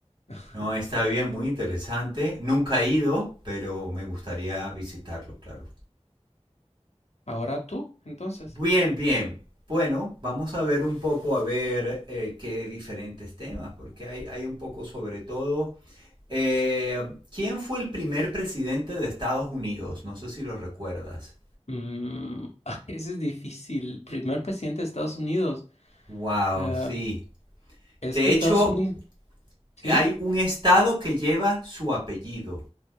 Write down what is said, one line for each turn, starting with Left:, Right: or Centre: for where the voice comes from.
Left: <laughs>
Right: No, está bien, muy interesante. Nunca he ido, pero me gustaría visitarlo, claro.
Left: Ahora tú, entonces.
Right: Bien, bien. Bueno, vamos a ver un poco a ver eh, qué diferentes temas, porque hay, hay un poco sobre todo. eh, ¿quién fue el primer presidente de Estados Unidos? No sé si lo recuerdas.
Left: Mm, <laughs> ese es difícil. Primer presidente de Estados Unidos.
Right: Wow,
Left: Eh,
Right: sí.
Left: es
Right: De
Left: que
Right: hecho,
Left: Estados Unidos, ¿sí?
Right: hay un estado que lleva su apellido.